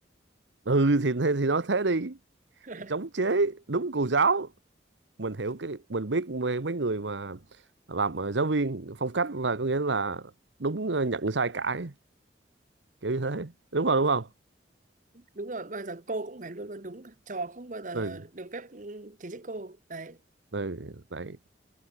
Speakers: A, on the right; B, on the right.
A: ừ thì thế thì nói thế đi
B: <laughs>
A: chống chế đúng cô giáo mình hiểu cái mình biết mấy mấy người mà làm ờ, giáo viên phong cách là có nghĩa là đúng ờ, nhận sai cãi kiểu như thế đúng không đúng không
B: đúng rồi bao giờ cô cũng phải luôn luôn đúng cả. trò không bao giờ
A: Ừ.
B: được phép ừ, chỉ trích cô đấy
A: Ừ, đấy